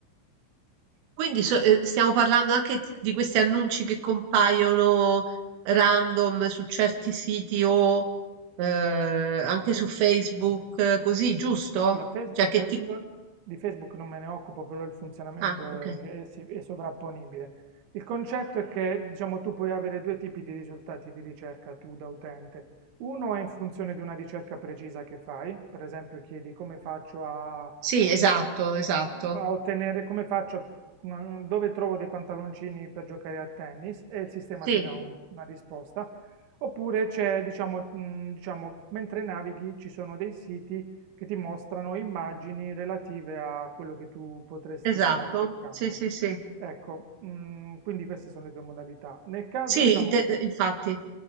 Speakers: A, on the right; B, on the right.
A: Quindi so- eh, stiamo parlando anche di questi annunci che compaiono random su certi siti o eh, anche
B: Sì,
A: su
B: anche.
A: Facebook, eh, così, giusto?
B: Allora, Facebook,
A: Cioè che
B: io
A: ti
B: di Facebook non me ne occupo, però il funzionamento
A: Ah, ok.
B: è, è si- è sovrapponibile. Il concetto è che, diciamo, tu puoi avere due tipi di risultati di ricerca tu da utente. Uno è in funzione di una ricerca precisa che fai, per esempio chiedi come faccio a,
A: Sì, esatto,
B: eh,
A: esatto.
B: a ottenere, come faccio, mm, dove trovo dei pantaloncini per giocare a tennis e il sistema
A: Sì,
B: ti dà un- una risposta. Oppure c'è, diciamo, mm, diciamo, mentre navighi ci sono dei siti che ti mostrano immagini relative a quello che tu potresti
A: esatto.
B: star cercando.
A: Sì, sì, sì.
B: Ecco, mm, quindi queste sono le due modalità. Nel caso,
A: Sì,
B: Mm. diciamo,
A: inte- infatti.